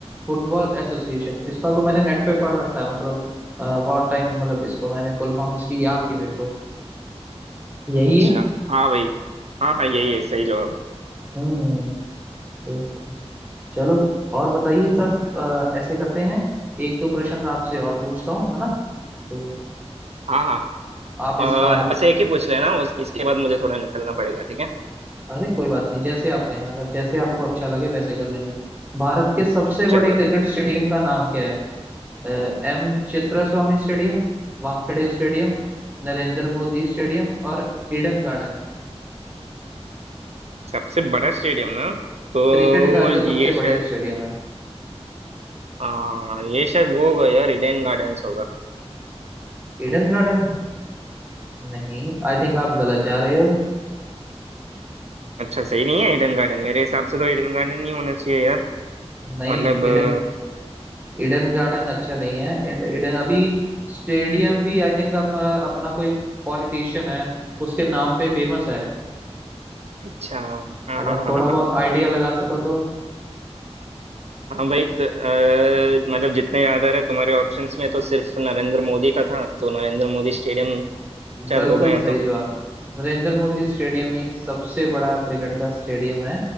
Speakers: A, on the right (about 15°); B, on the right (about 70°).
A: football association इसका तो मैंने नेट पे पढ़ रखा है मतलब अ, बहुत टाइम मतलब इसको मैंने फुल फॉर्म इसकी याद थी मेरे को यही
B: अच्छा
A: है
B: हाँ भाई हाँ हाँ यही है सही जवाब
A: हम्म तो चलो और बताइए सब अ, ऐसे करते हैं एक दो प्रश्न मैं आपसे और पूछता हूँ है ना तो
B: हाँ हाँ
A: आप इसका
B: अ, बस एक ही पूछ लेना उस इसके बाद मुझे थोड़ा निकलना पड़ेगा ठीक है
A: अरे कोई बात नहीं जैसे आप कहें अगर जैसे आपको अच्छा लगे वैसे कर लेंगे भारत के सबसे बड़े
B: चलो
A: क्रिकेट स्टेडियम का नाम क्या है M Chinnaswamy stadium Wankhede stadium Narendra Modi stadium और ईडन गार्डन
B: सबसे बड़ा स्टेडियम ना तो
A: क्रिकेट का
B: ये
A: जो सबसे बढ़िया
B: शायद
A: स्टेडियम है
B: आ, ये शायद वो होगा यार इडेन गार्डन्स होगा
A: ईडन गार्डन नहीं आई थिंक आप गलत जा रहे हो
B: अच्छा सही नहीं है ईडन गार्डन मेरे हिसाब से तो ईडन गार्डन नहीं होना चाहिए यार
A: नहीं
B: मतलब अ,
A: ईडन ईडन गार्डन अच्छा नहीं है ईडन अभी स्टेडियम भी आई थिंक आप अ, अपना कोई पॉलिटिशियन है उसके नाम पे फेमस है
B: अच्छा हाँ
A: अगर
B: हाँ हाँ
A: थोड़ा
B: हाँ
A: बहुत आइडिया लगा सको तो।
B: हाँ भाई त, अ, मतलब जितने याद आ रहे तुम्हारे ऑप्शंस में तो सिर्फ नरेंद्र मोदी का था तो नरेंद्र मोदी स्टेडियम शायद
A: बिल्कुल
B: होगा या
A: सही
B: तो
A: जवाब नरेंद्र मोदी स्टेडियम ही सबसे बड़ा क्रिकेट का स्टेडियम है